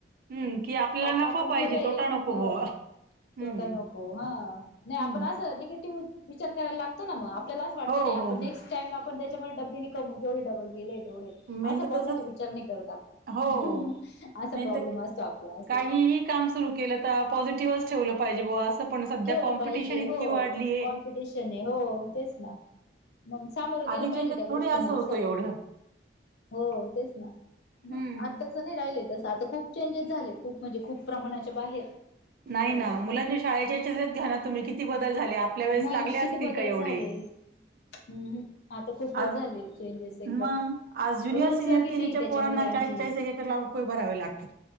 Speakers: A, on the right (about 55°); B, on the left (about 65°).
A: हं, की आपल्याला
B: आता
A: नफा
B: आपण
A: पाहिजे,
B: केलंय
A: तोटा नको
B: हो.
A: बुवा. हं,
B: तोटा नको हा नाही
A: हं.
B: आपण असं निगेटिव्ह विचार करायला लागतो ना मग आपल्यालाच वाटतं
A: हो,
B: नाही आपण
A: हो,
B: नेक्स्ट
A: हो.
B: टाईम आपण त्याच्या डबलीनी कमऊ जेवढ डबल गेले तेवढे.
A: मेन
B: असा
A: तर
B: पॉझिटिव
A: तसंच
B: विचार नाही करत आपण
A: हो.
B: असा
A: मेन
B: प्रॉब्लेम
A: तर
B: असतो आपला.
A: काहीही काम सुरू केलं तर पॉझिटिव्ह ठेवलं पाहिजे बुवा. पण सध्या
B: ठेवलं
A: कॉम्पिटिशन
B: पाहिजे
A: इतकी
B: हो
A: वाढलीय.
B: कॉम्पिटिशन आहे हो तेच ना मग सामोरं गेलं
A: आधीच्या
B: पाहिजे
A: याच्यात
B: त्या गोष्टींना
A: थोडी होतं
B: असं.
A: एवढं.
B: हो तेच ना मग
A: हम्म.
B: आत्ताच नाही राहिलंय तस आता खूप. चेंजेस झाले खूप म्हणजे खूप प्रमाणाच्या बाहेर. असं
A: नाही
B: झालंय
A: ना
B: आता
A: मुलांच्या शाळेच्या चत घ्या ना तुम्ही किती बदल झाले. आपल्या वेळेस
B: मग
A: लागले असतील
B: किती बदल
A: का एवढे?
B: झाले हम् आता खूपच
A: आज
B: झाले चेंजेस एकदम
A: मग आज ज्युनियर
B: रूल्स
A: सिनियर
B: किती
A: केजीच्या
B: त्याच्यामध्ये
A: पोरांना
B: आणखी
A: चाळीस चाळीस एक एक लाख रुपये भरावे लागतात.